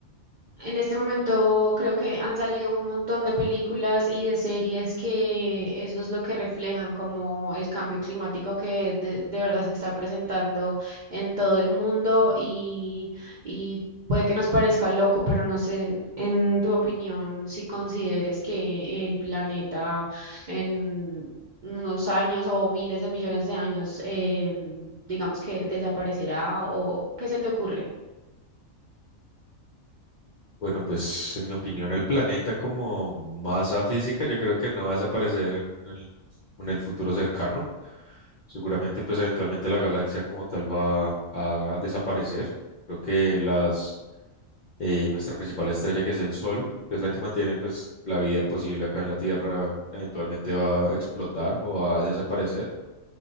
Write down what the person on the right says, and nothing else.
En este momento creo que han salido un montón de películas y de series que eso es lo que reflejan como el cambio climático que de, de verdad se está presentando en todo el mundo y, y puede que nos parezca loco, pero no sé, en tu opinión, si consideres que el planeta en unos años o miles de millones de años, em, digamos que desaparecerá o qué se te ocurre.